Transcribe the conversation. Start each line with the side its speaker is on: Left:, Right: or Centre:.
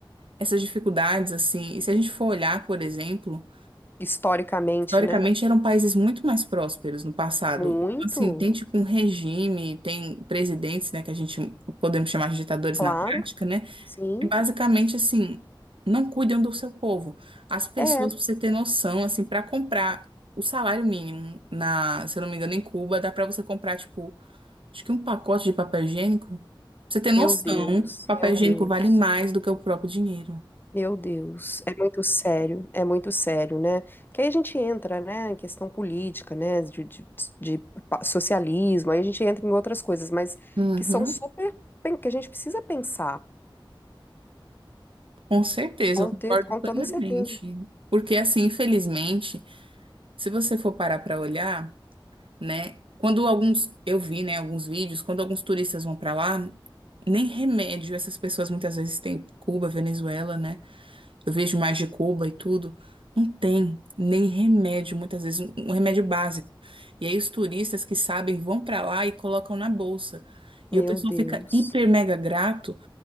Right: essas dificuldades, assim. E se a gente for olhar, por exemplo.
Left: Historicamente,
Right: Historicamente
Left: né?
Right: eram países muito mais prósperos no passado.
Left: Muito,
Right: Então, Assim, tem tipo um regime, tem presidentes, né, que a gente podemos chamar de ditadores
Left: claro,
Right: na prática, né?
Left: sim.
Right: Que basicamente assim, não cuidam do seu povo. As pessoas,
Left: É,
Right: pra você ter noção, assim, para comprar o salário mínimo na, se eu não me engano, em Cuba, dá para você comprar tipo, acho que um pacote de papel higiênico. Pra você ter noção,
Left: meu Deus,
Right: papel
Left: meu Deus.
Right: higiênico vale mais do que o próprio dinheiro.
Left: Meu Deus, é muito sério, é muito sério, né? Porque aí a gente entra, né, em questão política, né, de, de, de pa- socialismo, aí a gente entra em outras coisas, mas
Right: Uhum.
Left: que são super, pen- que a gente precisa pensar.
Right: Com certeza,
Left: Com
Right: eu concordo
Left: texto, com
Right: plenamente.
Left: toda certeza.
Right: Porque, assim, infelizmente, se você for parar para olhar, né, quando alguns, eu vi, né, alguns vídeos, quando alguns turistas vão para lá, nem remédio essas pessoas muitas vezes têm. Cuba, Venezuela, né? Eu vejo mais de Cuba e tudo. Não tem nem remédio, muitas vezes, um, um remédio básico. E aí os turistas que sabem vão para lá e colocam na bolsa.
Left: Meu
Right: E o pessoal
Left: Deus.
Right: fica hiper mega grato